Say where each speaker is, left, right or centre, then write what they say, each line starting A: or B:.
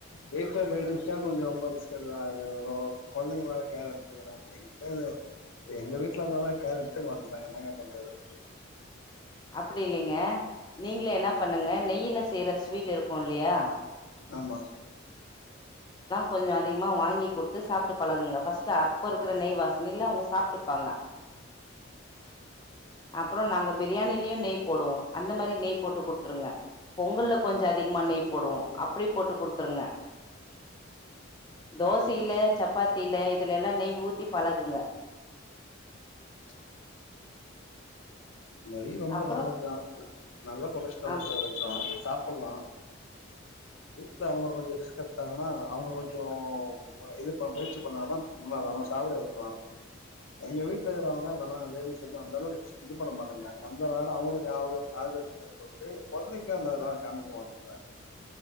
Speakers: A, on the left; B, on the left.
A: வீட்டு்ல லேடிஸ் தா கொஞ்ச ரொம்ப ரிஸ்க் எடுது குழந்தைங்க மேல கேர் எடுத்துக்க எங்க எங்க வீட்டுல இருந்தாலு கேர் எடுத்துக்க மாட்ரங்க என்னாங்க பண்றது
B: அப்டில்லலைங்க நீங்க என்ன பண்ணுங்க நெயில செய்யற ஸ்வீட் இருக்குலியா
A: ஆமா
B: கொஞ்ச அதிகமாக வாங்கி கொடுத்து சாப்பிட்டு பழகுங்க பர்ஸ்ட் அப்ப இருக்கிற நெய் வாசின இலை அவங்க சாப்பட் ப்பங்க அப்புற நாங்க பிரியாணியிலயு நெய் போடுவோ அந்த மாரி நெய் போட்டு கொடுத்துருங்க பொங்கல கொஞ்ச அதிகமாக நெய் போடுவோம் அப்டி போட்டு கொடுதுருங்க தோசையில சப்பாத்தில இதுலலாம் நெய் ஊத்தி பழகுங்க
A: <inaudible> நெய் ரொம்ப
B: அப்புறம்
A: நல்தா நல்ல கொலஸ்சார்
B: ஆம்
A: அதுதா சாப்பிடலா வீட்டுல அவங்க கொஞ்சம் ரிஸ்க் எடுத்தாங்கன்னா அவங்க கொஞ்சம் இது முயற்சி பண்ணாங்க அத சாப்பிட வைக்கலா எங்க வீடல இருக்கிறவங்க அதெல்லா லேடிஸ் எதுவு அந்த அளவுக்கு இது பண்ண மாட்டங்க அந்த இடம் அவங்களுக்கு ஆகு ஆகுறதுன்னு சொல்லிட்டு பள்ளைக்கு அந்த இதான் காமைிக்க வேந்தாங்க